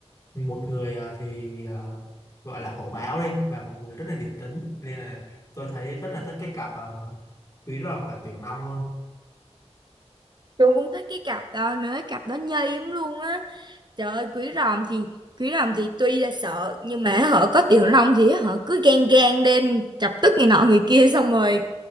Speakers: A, on the left; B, on the right.
A: một người ờ, thì ờ, gọi là hổ báo đi và một người rất là điềm tĩnh nên là tôi thấy rất là thích cái cặp ờ, Quý Ròm và Tiểu Long
B: Tôi cũng tới cái cặp đó nữa, cặp đó nhây lắm luôn á. Trời ơi, quý ròm thì quý ròm thì tuy là sợ nhưng mà họ có tiểu long thì họ cứ gan gan lên chọc tức người nọ người kia xong rồi